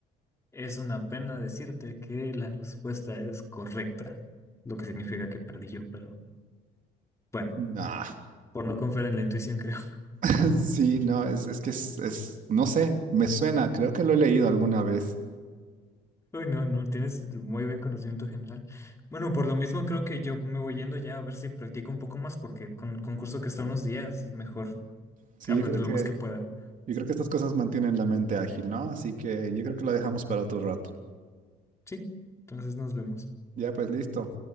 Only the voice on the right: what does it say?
Nah.
<laughs> Sí, no, es, es que es, es- no sé, me suena, creo que lo he leído alguna vez.
Sí,
yo creo que,
yo creo que estas cosas mantienen la mente ágil, ¿no? Así que yo creo que la dejamos para otro rato.
Ya, pues listo.